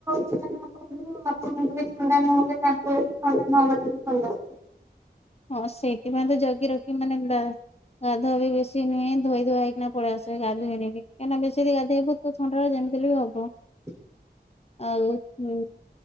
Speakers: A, on the right; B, on the left.
A: ଛୁଆ ନା ଆପଣଙ୍କୁ ଆପଣଙ୍କୁ ବି ଥଣ୍ଡା ନହେଲେ ତାଙ୍କୁ ବି ଥଣ୍ଡା ନହବାଟା ହିଁ ଭଲ।
B: ହଁ ସେଇଥିପାଇଁ ତ ଜଗି ରଖି ମାନେ ଗାଧ ବି ବେଶୀ ନୁହେଁ ଧୋଇ ଧୁଆ ହେଇକିନା ପଳେଇ ଆସିବେ ଗାଧୋଇନି କହିଁକି ନା ବେଶୀ ଯଦି ଗାଧୋଇବି ଥଣ୍ଡା ଯେମିତିହେଲେ ବି ହବ।
A: <inaudible>
B: ଆଉ ହୁ